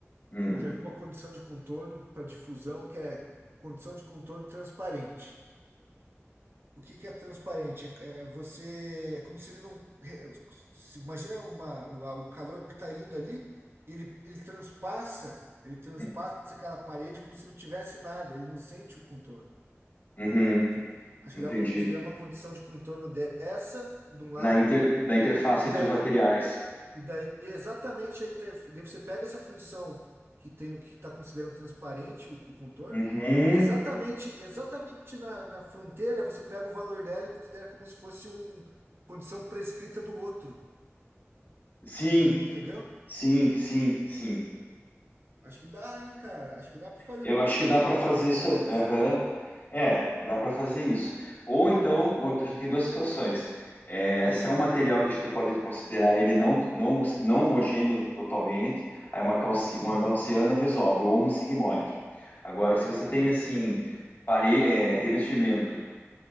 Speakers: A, on the left (about 40°); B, on the right (about 55°).
A: Hum,
B: Eu já vi uma condição de contorno para difusão que é condição de contorno transparente. O que que é transparente? É é você, é como se ele não, é, se- imagina uma, o, a- o calor está indo ali, ele, ele transpassa, ele transpassa
A: hum,
B: aquela parede como se não tivesse nada, ele não sente o contorno.
A: uhum,
B: entende? Acho
A: entendi.
B: que dá para considerar uma condição de contorno dessa, de um lado,
A: Na, inter, na interface
B: e daí
A: entre os materiais.
B: e daí é exatamente a interface. Você pega essa função que tem que está considerando transparente o contorno,
A: Uhum,
B: e exatamente, e exatamente na, na fronteira você pega o valor dela e considera como se fosse uma condição prescrita do outro.
A: sim,
B: Entendeu?
A: sim, sim, sim.
B: Acho que dá, hein, cara? Acho que dá para fazer
A: Eu acho
B: uma
A: que
B: coisa,
A: dá
B: uma,
A: para fazer
B: uma
A: isso.
B: coisa
A: é,
B: dessa.
A: Aham. É, dá para fazer isso. Ou então, ou, a gente tem duas situações. É,
B: Ah,
A: se é um material que a gente pode considerar ele não, não, não homogêneo totalmente, aí uma, calci,
B: sim,
A: uma gaussiana resolve, ou um sigmoide. Agora, se você tem assim, pare, é, revestimento,